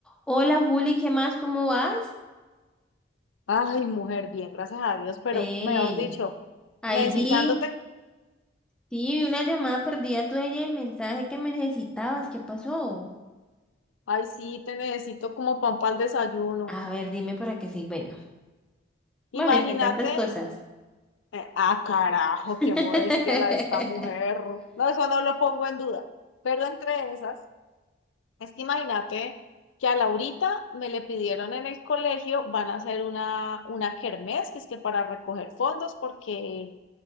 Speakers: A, in the centre; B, on the left.
A: Hola Juli, ¿qué más? ¿Cómo vas?
B: Ay, mujer, bien, gracias a Dios, pero
A: Ven,
B: mejor dicho,
A: ahí
B: necesitándote,
A: vi, sí, vi una llamada perdida tuya y el mensaje que me necesitabas, ¿qué pasó?
B: ay, sí, te necesito como pan para el desayuno.
A: A ver, dime para qué soy buena. Bueno,
B: Imagínate,
A: entre tantas cosas.
B: eh, ah, carajo,
A: <laughs>
B: qué modestia la de esta mujer. No, eso no lo pongo en duda. Pero entre esas, es que imagínate que a Laurita me le pidieron en el colegio, van a hacer una, una kermés, que es que para recoger fondos, porque